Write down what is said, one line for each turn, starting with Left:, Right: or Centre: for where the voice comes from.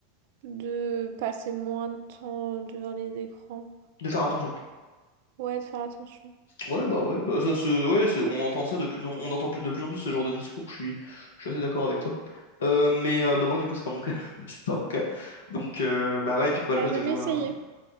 Right: de passer moins de temps devant les écrans.
Left: De faire attention.
Right: Ouais, de faire attention.
Left: Ouais, bah ouais, bah ça se. Ouais, c'est- on entend ça de plus en on entend plus, de plus en plus ce genre de discours, je suis, je suis assez d'accord avec toi. Euh, mais euh, bah moi du coup c'est pas mon cas. <laughs> C'est pas mon cas. Donc euh, bah ouais, du coup à
Right: T'as
Left: la place
Right: jamais
Left: de jouer
Right: essayé?
Left: à un.